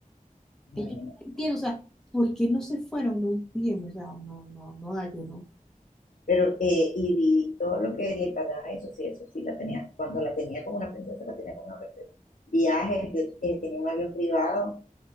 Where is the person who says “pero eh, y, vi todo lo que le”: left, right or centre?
Left